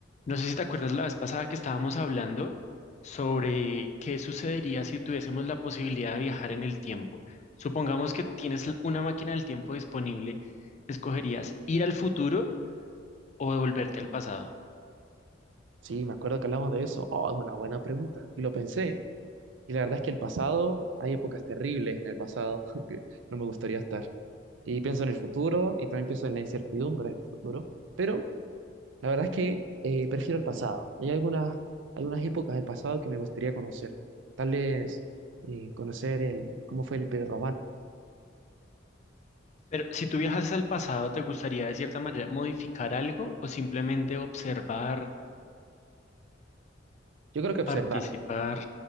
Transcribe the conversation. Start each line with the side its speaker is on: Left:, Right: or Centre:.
Left: No sé si te acuerdas la vez pasada que estábamos hablando sobre qué sucedería si tuviésemos la posibilidad de viajar en el tiempo. Supongamos que tienes l- una máquina del tiempo disponible, ¿escogerías ir al futuro o devolverte al pasado?
Right: Sí, me acuerdo que hablamos de eso. Oh, es una buena pregunta. Y lo pensé. Y la verdad es que el pasado, hay épocas terribles en el pasado <laughs> que no me gustaría estar. Y pienso en el futuro y también pienso en la incertidumbre del futuro. Pero la verdad es que eh, prefiero el pasado. Hay algunas, algunas épocas del pasado que me gustaría conocer. Tal vez eh, conocer el, cómo fue el Imperio Romano.
Left: Pero si tú viajas al pasado, ¿te gustaría de cierta manera modificar algo o simplemente observar,
Right: Yo creo que observar.
Left: participar?